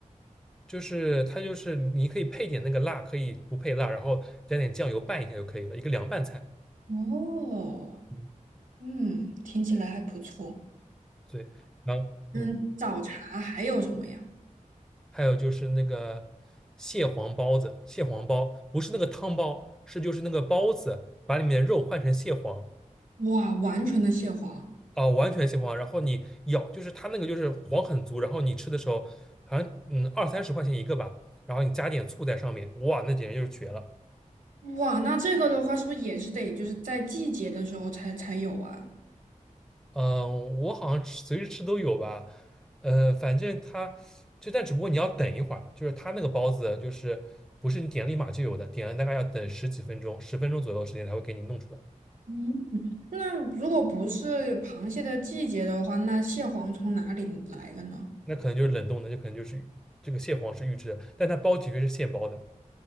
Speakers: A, in the centre; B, on the right.
A: 就是它就是你可以配点那个辣，可以不配辣，然后加点酱油拌一下就可以了，一个凉拌菜。
B: 哦，
A: 嗯，
B: 嗯，听起来还不错。
A: 对。然后，
B: 嗯，
A: 嗯，
B: 早茶还有什么呀？
A: 还有就是那个蟹黄包子，蟹黄包不是那个汤包，是就是那个包子，把里面的肉换成蟹黄
B: 哇，完全的蟹黄。
A: 啊、完全蟹黄。然后你咬，就是它那个就是黄很足，然后你吃的时候好像嗯二三十块钱一个吧，然后你加点醋在上面，哇，那简直就是绝了。
B: 哇，那这个的话，是不是也是得就是在季节的时候才才有啊？
A: 嗯，我好像吃随时吃都有吧，呃，反正它就但只不过你要等一会儿，就是它那个包子就是不是你点立马就有的，点了大概要等十几分钟，十分钟左右的时间才会给你弄出来。
B: 嗯，那如果不是螃蟹的季节的话，那蟹黄从哪里来的呢？
A: 那可能就是冷冻的，就可能就是这个蟹黄是预制的，但它包的确是现包的，